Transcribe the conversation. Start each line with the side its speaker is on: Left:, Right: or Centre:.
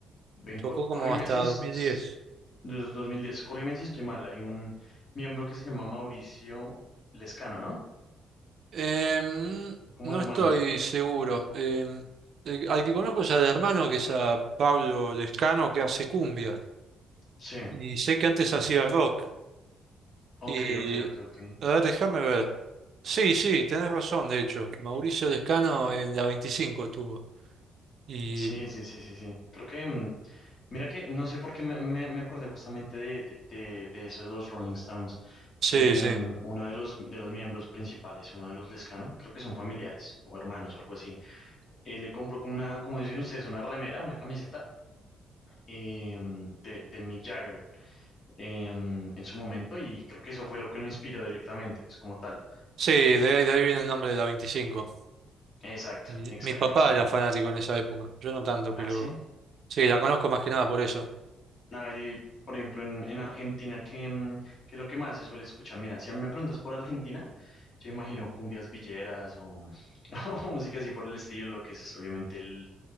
Left: ven,
Right: tocó
Left: cor-
Right: como
Left: corrígeme
Right: hasta
Left: si es,
Right: 2010.
Left: es dos- 2010, corrígeme si estoy mal. Hay un miembro que se llama Mauricio Lescano, ¿no?
Right: Em,
Left: Como
Right: no
Left: hermanos,
Right: estoy
Left: creo.
Right: seguro. Em, el- al que conozco es al hermano, que es a Pablo Lescano, que hace cumbia.
Left: Sí,
Right: Y sé que antes hacía rock. Y,
Left: ok, ok, ok, ok.
Right: a ver, déjame ver. Sí, sí, tenés razón, de hecho. Mauricio Lescano en la 25 estuvo. Y
Left: Sí, sí, sí, sí, sí. Creo que, mm, mira que, no sé por qué me, me- me acordé justamente de, de, de, de eso de los Rolling Stones,
Right: sí,
Left: que
Right: sí.
Left: mm, uno de los, de los miembros principales, uno de los Lescano, creo que son familiares o hermanos o algo así, eh, le compró como una, como dicen ustedes, una remera, una camiseta eh, de, de Mick Jagger eh, mm, en su momento y creo que eso fue lo que lo inspiró directamente, pues como tal.
Right: Sí, de ahí, de ahí viene el nombre de la 25.
Left: Exacto,
Right: Y
Left: exacto,
Right: mi papá
Left: exacto.
Right: era fanático en esa época. Yo no tanto,
Left: ¿Ah,
Right: pero
Left: sí?
Right: sí, la conozco más que nada por eso.
Left: A ver, y, por ejemplo, en, en Argentina, ¿qué, mm, qué es lo que más se suele escuchar? Mira, si a mí me preguntas por Argentina, yo imagino cumbias villeras o, <laughs> o música así por el estilo, lo que es obviamente el,